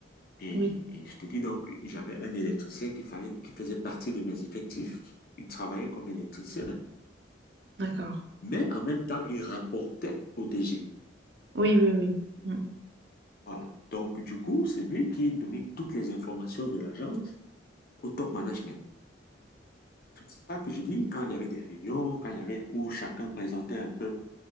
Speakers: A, on the left (about 55°); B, on the right (about 65°).
A: et,
B: oui,
A: et je te dis donc, j'avais un électricien qui, fallait- qui faisait partie de mes effectifs. Il travaillait comme électricien.
B: d'accord.
A: mais en même temps, il rapportait au DG.
B: Oui, oui, oui. Mm,
A: Voilà. Donc, du coup, c'est lui qui donnait toutes les informations de l'agence au top management. C'est ça que je dis, quand il y avait des réunions, quand il y avait où chacun présentait un peu